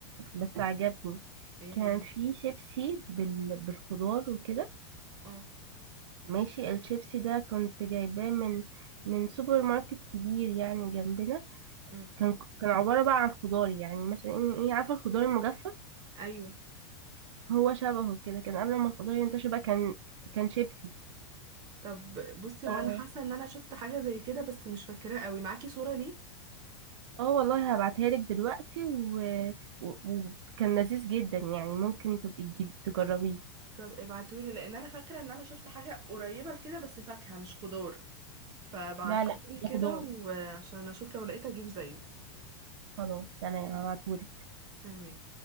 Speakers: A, on the right (about 85°); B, on the right (about 30°).
A: بس عجبني
B: <laughs> ايه
A: كان
B: هي
A: في شيبسي بال... بالخضار وكده
B: اه
A: ماشي الشيبسي ده كنت جايباه من من سوبر ماركت كبير يعني جنبنا
B: امم
A: كان كان عبارة بقى عن خضار يعني مثلا إن- ايه عارفة الخضار المجفف
B: ايوه
A: هو شبهه كده كان قبل ما الخضار ينتشر بقى كان كان شيبسي
B: طب بصي هو
A: اه
B: انا حاسه ان انا شفت حاجه زي كده بس مش فاكراه قوي معاكي صوره ليه
A: آه والله هبعتها لك دلوقتي وكان و... و... وكان لذيذ جدا يعني ممكن تبقي تجيب تجربيه
B: طب ابعتولي لان انا فاكره ان انا شفت حاجه قريبه لكده بس فاكهه مش خضار فبعتهولي
A: لا لا ده
B: كده
A: خضار
B: وعشان اشوف لو لقيت اجيب زيه
A: خلاص تمام هبعتهولك
B: تمام